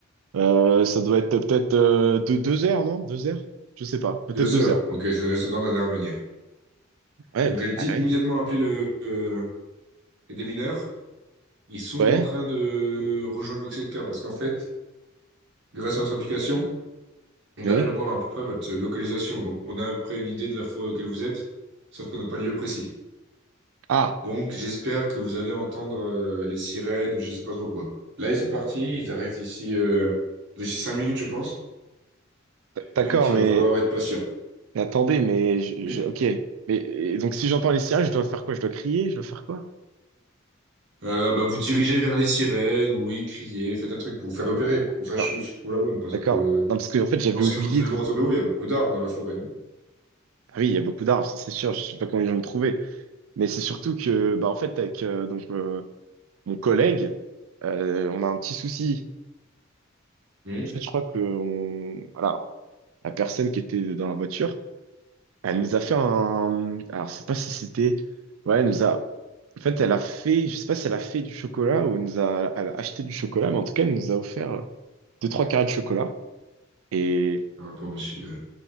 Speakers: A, on the right; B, on the right.
A: Euh, ça doit être peut-être euh, deux, deux heures, non? Deux heures? Je sais pas. Peut-être
B: Deux
A: deux
B: heures.
A: heures.
B: Ok, ça nous laisse le temps d'intervenir.
A: Ouais,
B: Donc,
A: bah,
B: j'ai dit
A: ah oui.
B: immédiatement appeler le, euh, les démineurs. Ils sont
A: Ouais,
B: en train de rejoindre votre secteur parce qu'en fait, grâce à notre application, on
A: oui.
B: arrive à voir à peu près votre localisation. Donc, on a à peu près une idée de la forêt auquel vous êtes, sauf qu'on n'a pas le lieu précis.
A: Ah,
B: Donc, j'espère que vous allez entendre euh, les sirènes ou je sais pas trop quoi. Là, ils sont partis, ils arrivent d'ici euh, d'ici cinq minutes, je pense.
A: d- d'accord,
B: Donc,
A: mais
B: il va falloir être patient.
A: mais attendez, mais je,
B: Oui.
A: je- ok. Mais et donc si j'entends les sirènes, je dois faire quoi? Je dois crier? Je dois faire quoi?
B: Euh, bah, vous dirigez vers les sirènes, oui, criez, faites un truc pour vous faire repérer, pour qu'on sache
A: D'accord,
B: où se trouve la bombe, parce
A: d'accord.
B: que
A: Non, parce que en fait,
B: je
A: j'avais
B: pense
A: oublié
B: que vous devez
A: de.
B: vous retourner où il y a beaucoup d'arbres dans la forêt, non?
A: Ah oui, il y a beaucoup d'arbres, ça c'est sûr. Je sais pas comment ils vont me trouver. Mais c'est surtout que, bah en fait, avec euh, donc euh, mon collègue, euh, on a un petit souci.
B: Oui.
A: En fait, je crois que on, voilà, la personne qui était dans la voiture. Elle nous a fait un... Alors, je sais pas si c'était... Ouais, elle nous a... En fait, elle a fait... Je sais pas si elle a fait du chocolat ou elle nous a... elle a acheté du chocolat, mais en tout cas, elle nous a offert euh, deux, trois carrés de chocolat. Et,
B: Par rapport au monsieur.